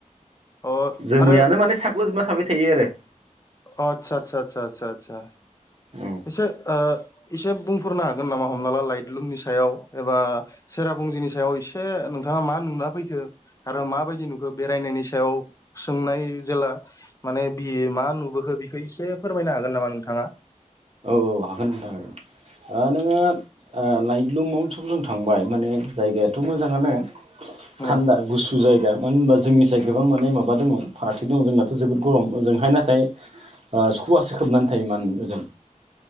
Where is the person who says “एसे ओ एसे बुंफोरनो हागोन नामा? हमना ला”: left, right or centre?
Left